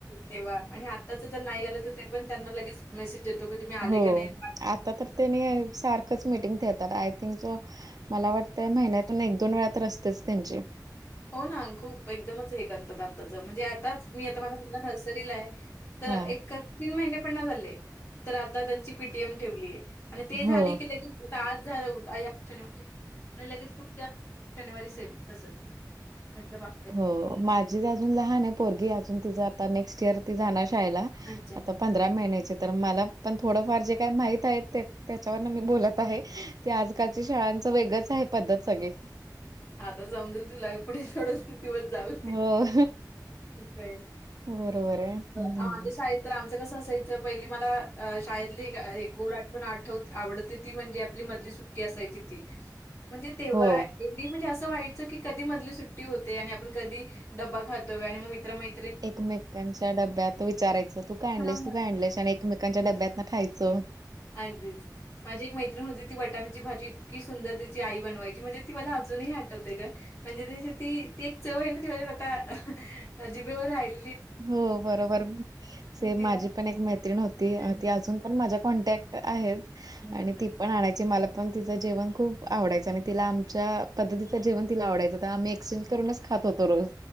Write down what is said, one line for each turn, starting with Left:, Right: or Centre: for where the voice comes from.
Left: तेव्हा. आणि आ त्याच ज नाही आलं त. ते पण त्यांना लगेच मेसेज येतो. की तुम्ही आले
Right: हो
Left: का नाहीत.
Right: आता तर, तेनी सारखंच मिटिंग ठेेतात. आय थिंक सो मला वाटतंय. महिन्यातून एक दोन वेळा तर असतेच. त्यांची.
Left: हो ना. खूप. एकदमच हे करतात. आताचं म्हणजे आताच. मी आता माझा मुलगा नर्सरीलाय. तर
Right: हा
Left: एक तीन महिने पण नाही झाले. तर आता त्यांची पीटीएम ठेवलीये. आणि ते
Right: हो
Left: झाली की लगेच आज झालं होता. ह्या शनिवारी आणि लगेच पुढच्या शनिवारी सेम तसच. म्हटल बा
Right: हो. माझी अजून लहाने पोरगी. अजून तिचा आता नेक्स्ट इयर, ती जाणार शाळेला.
Left: अच्छा.
Right: आता पंधरा महिन्याचे तर, मला पण थोडंफार जे काय माहित आहे. त्याच्यावरन मी बोलत आहे. ते आजकालची शाळांचं वेगंच आहे. पद्धत सगळी.
Left: आता समजेल तुला. पुढ थडंस दिवस जाऊ
Right: हो
Left: दे.
Right: बरोबर आहे हम्म
Left: आ माझ शाळेत तर आमचं कसं असायचं. पहिले मला शाळेतली एक गोड आठवण, आठ वते, आवडती. ती म्हणजे आपली मधली सुट्टी असायची ती. म्हणजे तेव्हा
Right: हो
Left: म्हणजे असं व्हायच की, कधी मधली सुट्टी होते. आणि आपण कधी डबा खातोय. आणि मग मित्र मै
Right: एकमेकांच्या डब्यात. विचारायचं तू काय आणलेस.
Left: हां.
Right: तू काय आणलेस. आणि एकमेकांच्या डब्यात न खायचं.
Left: अगदीच. माझी एक मैत्रिण होती. ती वटान्याची भाजी इतकी सुंदर तीची आई बनवायची. म्हणजे ती मला अजूनही अठवते ग. म्हणजे ती ती एक चव आहे ना. ती माझ्याक आता जिबेवर हायली.
Right: हो बरोबर. सेम
Left: मी तिला
Right: माझी पण एक मैत्रिण होती.
Left: हं,
Right: ती अजून पण माझ्या कॉन्टॅक्ट आहेत.
Left: हं,
Right: आणि
Left: हं.
Right: ति पण आणायची. मला पण तिंच जेवण खूप आवडायचं. आणि तिला आमच्या पद्धतीच जेवन तिला आवडायं. त आम्ही एक्सचेंज करूनच खात होतो रोज.